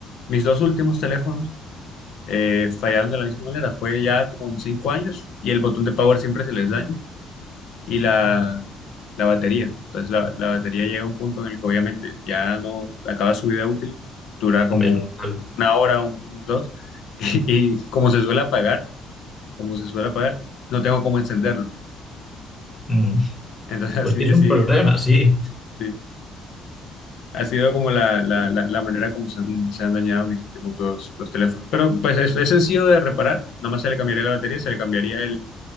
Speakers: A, on the left (about 70°); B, on the left (about 20°).
A: mis dos últimos teléfonos eh, fallaron de la misma manera. Fue ya como en cinco años y el botón de power siempre se les daña y la, la batería. Entonces la, la batería llega a un punto en el que obviamente ya no acaba su vida útil, dura
B: hombre,
A: como
B: es normal.
A: una hora, un, un dos, <laughs> y, y como se suele apagar, como se suele apagar, no tengo cómo encenderlo.
B: Mm.
A: Entonces así,
B: Pues sí, es
A: así,
B: un problema, sí.
A: sí. Ha sido como la, la, la, la manera como se han, se han dañado mis últimos dos, dos teléfonos. Pero pues es, es sencillo de reparar. Nada más se le cambiaría la batería, se le cambiaría el,